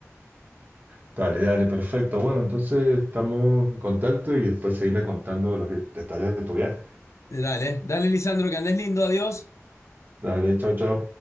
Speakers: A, on the right (about 40°); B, on the left (about 70°).
A: Dale, dale, perfecto. Bueno, entonces estamos en contacto y después seguime contando los vi- detalles de tu viaje.
B: Dale, dale, Lisandro, que andes lindo, adiós.
A: Dale, chao, chao.